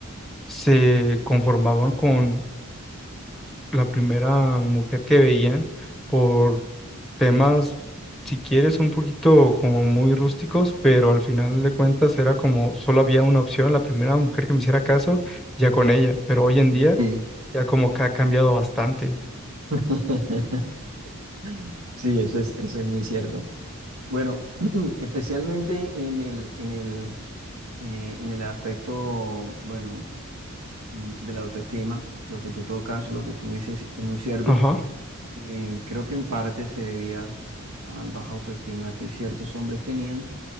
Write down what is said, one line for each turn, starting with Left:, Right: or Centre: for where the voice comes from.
Centre: se conformaban con la primera mujer que veían por temas, si quieres, un poquito como muy rústicos, pero al final de cuentas era como solo había una opción, la primera mujer que me hiciera caso, ya con ella. Pero hoy en día
Right: Sí.
Centre: ya como que ha cambiado bastante.
Right: <laughs> Sí, eso es, eso es muy cierto. Bueno, <clears throat> especialmente en el, en el eh, en el aspecto, bueno, mm, de la autoestima, lo que tú tocas, lo que tú dices es muy cierto.
Centre: Ajá.
Right: Eh, creo que en parte se debía al baja autoestima que ciertos hombres tenían,